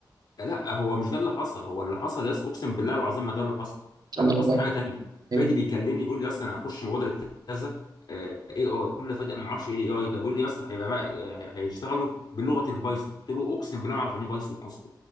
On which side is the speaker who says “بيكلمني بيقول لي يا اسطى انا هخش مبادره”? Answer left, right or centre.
Left